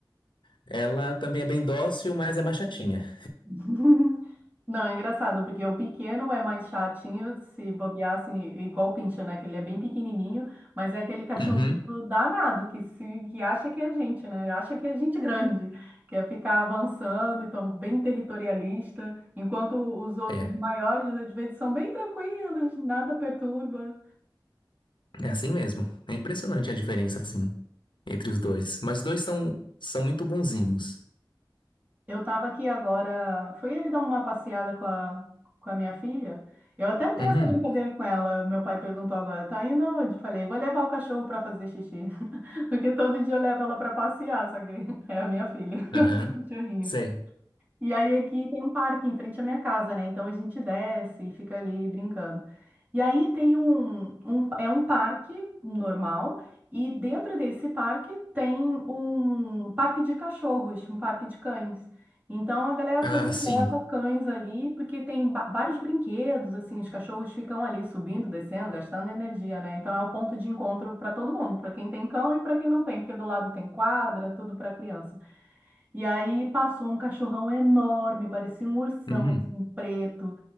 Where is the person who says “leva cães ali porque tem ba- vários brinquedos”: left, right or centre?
Right